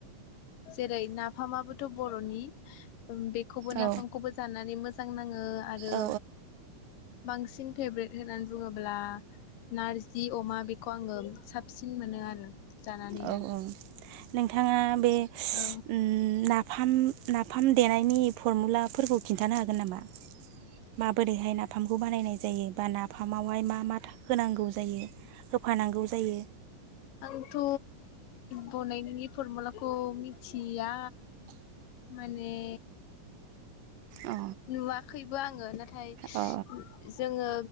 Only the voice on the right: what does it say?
औ
औ
औ औ नोंथाङा बे
उम नाफाम नाफाम देनायनि फरमुलाफोरखौ खिन्थानो हागोन नामा? माबोरैहाय नाफामखौ बानायनाय जायो बा ना फामावहाय मा मा होनांगौ जायो होफानांगौ जायो
अ
अ